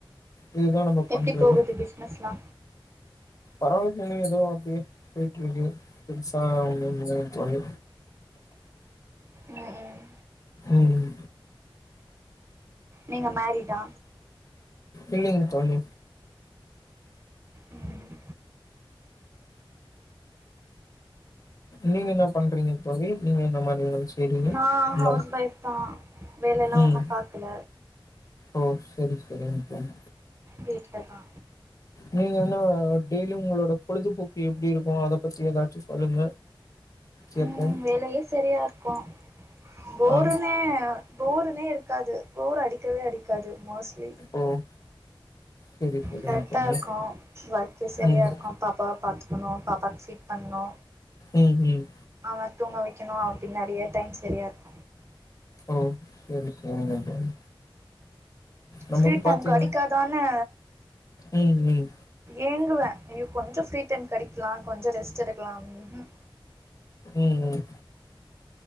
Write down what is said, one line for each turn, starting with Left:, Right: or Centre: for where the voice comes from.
Left: இதுதா நம்ப பண்றது
Right: எப்டி போகுது பிஸ்னஸ்லா
Left: பரவால்ல ஃப்ரெண்டுங்க எதோ அப்டியே பேயிட்ருக்கு பெருசா ஒன்னுமில்லங்க தோழி
Right: ம் ஹும்
Left: ம்
Right: நீங்க மேரீடா
Left: இல்லிங் தோழி
Right: ம்
Left: நீங்க என்ன பண்றீங்க தோழி நீங்க என்ன மாரி வேல செய்றீங்க
Right: நா ஹவுஸ்
Left: நம்
Right: ஒய்ஃப்தா வேலைல்லா
Left: ம்
Right: ஒன்னும் பாக்ல
Left: ஓ செரி செரிங் தோழி
Right: வீட்லதா
Left: நீங்க என்ன டெய்லியு ஒங்களோட பொழுதுபோக்கு எப்டிருக்கு அத பத்தி ஏதாச்சு சொல்லுங்க கேப்போம்
Right: ம் வேலையே செரியாருக்கு போருனே
Left: ஆ
Right: போருனே இருக்காது போர் அடிக்கவே அடிக்காது மோஸ்ட்லி
Left: ஓ சரி சரிங்க
Right: கரெக்டாருக்கு
Left: தோழி
Right: ஒர்க்கே சரியாகருக்கு
Left: ம்
Right: பாப்பாவ பாத்துக்கணு பாப்பாக்கு ஃபீட் பண்ணணு
Left: ம் ம்
Right: அவ தூங்க வைக்கணு அவ பின்னாடியே டைம் சரியாருக்கு
Left: ஓ சேரி செரிக்க தோழி நமக்கு
Right: ஃப்ரீ டைம்
Left: பாத்தீங்க
Right: கெடைக்காதான்னு
Left: ம் ம்
Right: ஏங்குவே ஐயோ கொஞ்சோ ஃப்ரீ டைம் கடைக்கலா கொஞ்சே ரெஸ்ட் எடுக்கலாம் ம் ஹும்
Left: ம் ம்